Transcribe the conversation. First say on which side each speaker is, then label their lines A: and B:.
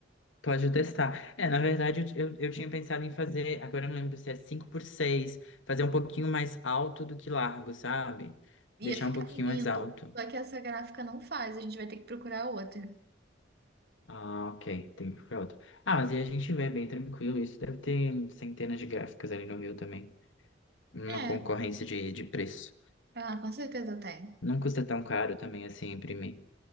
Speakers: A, on the left; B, on the right.
A: Pode testar. É, na verdade, eu, eu, eu tinha pensado em fazer, agora eu não lembro se é 5 por 6. fazer um pouquinho mais alto do que largo, sabe?
B: ia
A: Deixar
B: ficar
A: um pouquinho
B: lindo.
A: mais alto.
B: Só que essa gráfica não faz, a gente vai ter que procurar outra.
A: Ah, ok, tem que ficar outro. Ah, mas aí a gente vê bem tranquilo, isso deve ter centenas de gráficos ali no meu também. Uma
B: É,
A: concorrência de, de preço.
B: ah, com certeza tem.
A: Não custa tão caro também assim imprimir.